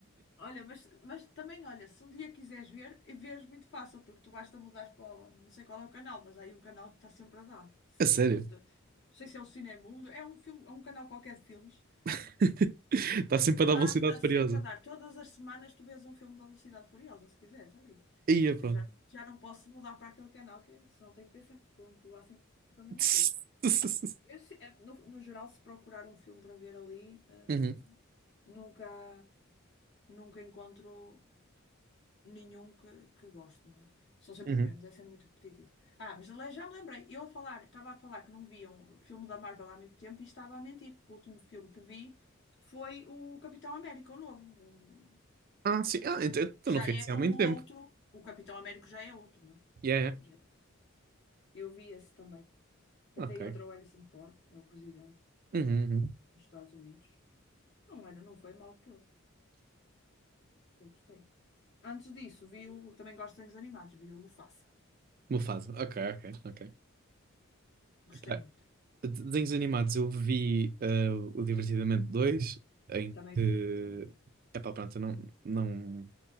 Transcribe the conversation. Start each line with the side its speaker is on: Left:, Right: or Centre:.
Left: Olha, mas, mas também, olha, se um dia quiseres ver, eh, vês muito fácil, porque tu basta mudar para, o- não sei qual é o canal, mas há aí um canal que está sempre a dar. Se-
Right: <laughs> A sério?
Left: te- não sei se é o Cinemundo, é um filme, é um canal qualquer de filmes.
Right: <laughs> Está
Left: que
Right: sempre
Left: dá,
Right: a dar Velocidade
Left: está sempre
Right: Furiosa.
Left: a dar. Todas as semanas tu vês um filme da Velocidade Furiosa, se quiseres, ali.
Right: Ia, pá.
Left: Eu já, já não posso mudar para aquele canal, que senão tenho que ver sempre, com- que levar sempre com a mesma
Right: <laughs>
Left: coisa. Eu se- eh, no, no geral, se procurar um filme para ver ali, eh,
Right: Uhum,
Left: nunca, nunca encontro nenhum que, que gosto, não é? São sempre
Right: uhum.
Left: os mesmos, é sempre muito repetitivo. Ah, mas aliás, já me lembrei, eu a falar, estava a falar que não via um filme da Marvel há muito tempo e estava a mentir, porque o último filme que vi foi o Capitão América, o novo, um
Right: Ah, sim.
Left: Eu
Right: Ah,
Left: estou-
Right: então então
Left: Já
Right: não foi
Left: é
Right: assim
Left: com
Right: há muito
Left: o
Right: tempo.
Left: outro, o Capitão Américo já é outro, não é?
Right: Yeah, yeah.
Left: Já- Eu vi esse também. que
Right: Ok.
Left: Até entrou o Harrison Ford, é o presidente
Right: Uhum, uhum.
Left: dos Estados Unidos. Não era, não foi mal todo. Até gostei. Antes disso, vi o, também gosto de desenhos animados, vi o Mufasa.
Right: Mufasa. Ok, ok, ok.
Left: Gostei
Right: Epá,
Left: muito.
Right: de- desenhos animados, eu vi eh, o Divertidamente dois em
Left: Também
Right: que...
Left: vi, também vi.
Right: Epá, pronto, eu não... não...